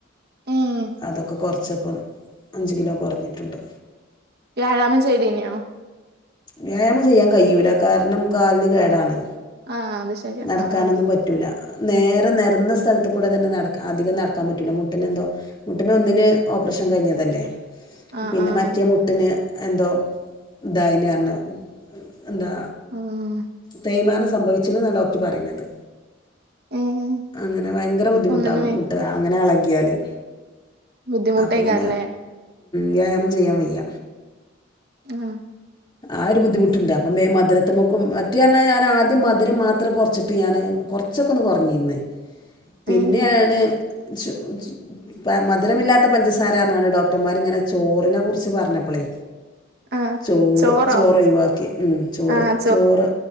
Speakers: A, on the right; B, on the left.
A: ഏഹ്
B: അതൊക്കെ കുറച്ചപ്പോ അഞ്ച് കിലോ കുറഞ്ഞിട്ടുണ്ട്
A: വ്യാഴാമം ചെയ്തീനോ
B: വ്യായാമം ചെയ്യാൻ കഴിയൂല കാരണം കാലിന് കേടാണ്
A: ആഹ് അത് ശരി
B: നടക്കാനൊന്നും
A: ആഹ് ആഹ്
B: പറ്റൂല നേരെ നിരന്ന സ്ഥലത്ത കൂടെ തന്നെ നട അധികം നടക്കാൻ പറ്റൂല്ല മുട്ടിന് എന്തോ മുട്ടിന് ഒന്നിന് ഓപ്പറേഷൻ കഴിഞ്ഞതല്ലേ
A: ആഹ്
B: പിന്നെ
A: ആഹ്
B: മറ്റേ മു ട്ടിന് എന്തോ ദായീന് പറഞ്ഞു എന്താ
A: ആഹ്
B: തേയ് മാനം സംഭവിച്ചെന്നാണ് ഡോക്ടർ പറയുന്നത്
A: ഏഹ്
B: അങ്ങനെ ഭയങ്കര ബുദ്ധിമുട്ടാ
A: ഒന്നിനുമേ
B: മുട്ട് അങ്ങനെ ഇളകിയാല്
A: ബുദ്ധിമുട്ടേക്കാരല്ലേ
B: അപ്പൾ പിന്നെ വ്യായാമം ചെയ്യാൻ വയ്യ
A: ആഹ
B: ആ ഒരു ബുദ്ധിമുട്ടുണ്ട് അപ്പം മേ മധുരത്തെ മൊക്കും മറ്റോ ഞാൻ ആദ്യം മധുരം മാത്രം കുറച്ചിട്ട് ഞാന് കുറ കുറച്ച് ഒകെ ഒന്ന് കുറഞ്ഞിരുന്നേ പിന്നെയാണ്
A: ഏഹ്
B: ഇ മധുരമില്ലാത്ത പഞ്ചസാര ന്നാണ് ഡോക്ടർമാർ ഇങ്ങനെ ചോറിനെ കുറിച്ച് പറഞ്ഞപ്പളെ
A: ആഹ്
B: ചോർ
A: ചോറോ
B: ചോറ് ഒഴിവാക്കി ഉം ചോറ്
A: ആഹ്
B: ചോറ്